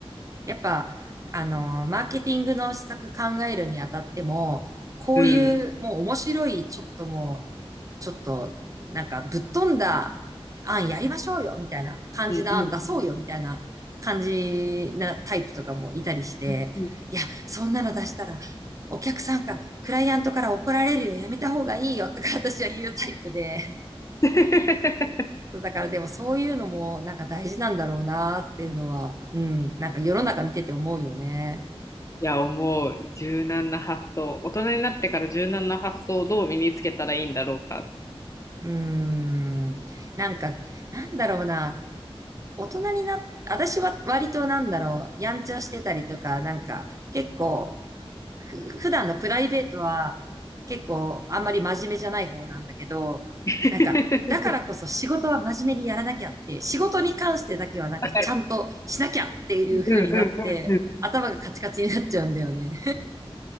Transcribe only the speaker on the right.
やっぱ、あの、マーケティングの施策考えるにあたっても、こういうもう面白い、
ちょっともう、ちょっと、なんかぶっ飛んだ案やりましょうよ、みたいな感じの案出そうよ、
みたいな感じなタイプとかもいたりして、
いや、そんなの出したら、お客さんから、クライアントから怒られるよ、やめた方がいいよ、とか私は言うタイプで、
だからでもそういうのもなんか大事なんだろうなっていうのは、うん、なんか世の中見てて思うよね。
うーん。なんか、なんだろうな。大人になっ、私は割となんだろう、やんちゃしてたりとか、なんか結構、ふ普段のプライベートは結構あんまり真面目じゃない方なんだけど、
なんか、だからこそ仕事は真面目にやらなきゃって、仕事に関してだけはなんかちゃんとしなきゃっていう風になって、
頭がカチカチになっちゃうんだよね。